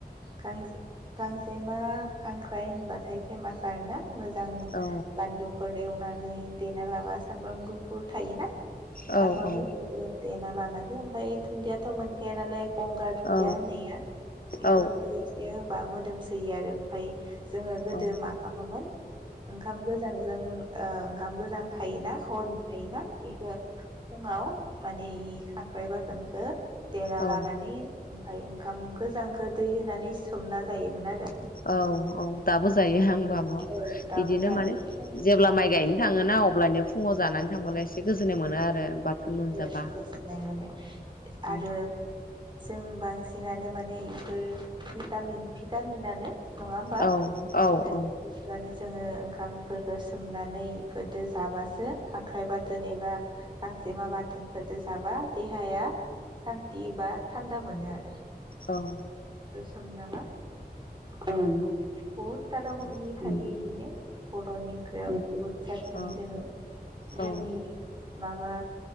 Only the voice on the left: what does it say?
औ
औ औ
औ
औ
औ
औ
औ औ दाबो जायो आंबो आब'
बिदिनो
माने जेब्ला
माइ गायनो थाङोना अलानो फुङाव जाना थांबलाय एसे गोजोन्नाय मोनो आरो। बाथोन मोनजाबा
औ
औ औ
औ
औ
औ
औ
औ